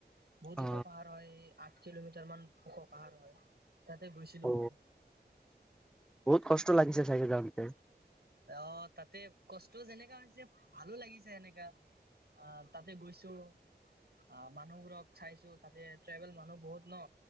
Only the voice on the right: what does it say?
বহুত
ওখ পাহাৰ হয় আঠ কিলোমিটাৰ মান ওখ পাহাৰ হয় তাতে গৈছিলো
মই
অ তাতে কষ্ট যেনেকা হৈছে ভালো লাগিছে সেনেকা। অ তাতে গৈছোঁ। অ মানুহবোৰক চাইছো তাতে ট্ৰাইবেল মানুহ বহুত ন